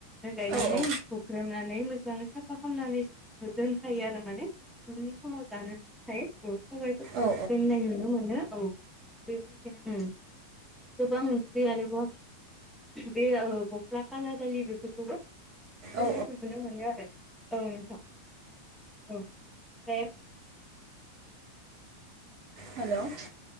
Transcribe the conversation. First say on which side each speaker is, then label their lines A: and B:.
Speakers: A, in the centre; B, on the right.
A: गायनानै
B: औ
A: हुख्रेमनानै मोजाङै साफा खालामनानै दोनखायो आरो माने उननि समाव जानो थाखाय सबाइफोरखौ
B: औ
A: दोननाय नुनो मोनो औ बेबायदिनो गोबां ओंख्रि आरोबाव बे गस्ला खाला दालि बेफोरखौबो <unintelligible> दोननायखौ
B: औ
A: नुनो मोनो आरो औ नोंथां ओमफ्राय
B: हेल'